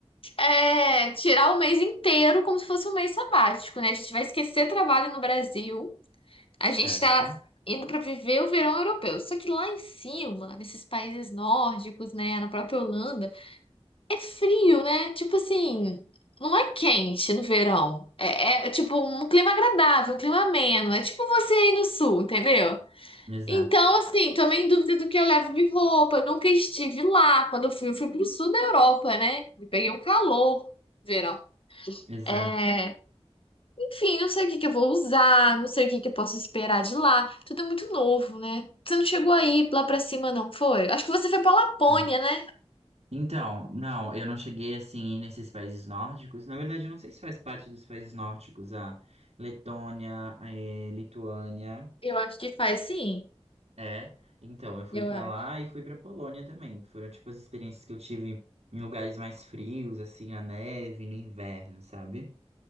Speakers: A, on the left (about 55°); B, on the right (about 80°).
A: é, tirar o mês inteiro como se fosse um mês sabático, né? A gente vai esquecer trabalho no Brasil. A
B: Certo,
A: gente tá indo para viver o verão europeu. Só que lá em cima, nesses países nórdicos, né, na própria Holanda, é frio, né? Tipo assim, não é quente no verão. É, é, é tipo um clima agradável, um clima ameno. É tipo você aí no sul, entendeu?
B: exato,
A: Então, assim, tô meio em dúvida do que eu levo de roupa. Eu nunca estive lá. Quando eu fui, eu fui pro sul da Europa, né? E peguei um calor no verão.
B: exato.
A: É, enfim, não sei o que que eu vou usar, não sei o que que eu posso esperar de lá. Tudo é muito novo, né? Você não chegou aí lá pra cima, não foi? Acho que você foi pra Lapônia,
B: Não.
A: né?
B: Então, não, eu não cheguei assim nesses países nórdicos. Na verdade, eu não sei se faz parte dos países nórdicos, a Letônia, a eh, Lituânia.
A: Eu acho que faz sim.
B: É, então, eu fui
A: Eu
B: pra
A: acho.
B: lá e fui pra Polônia também. Foram tipo as experiências que eu tive em lugares mais frios, assim, na neve, no inverno, sabe?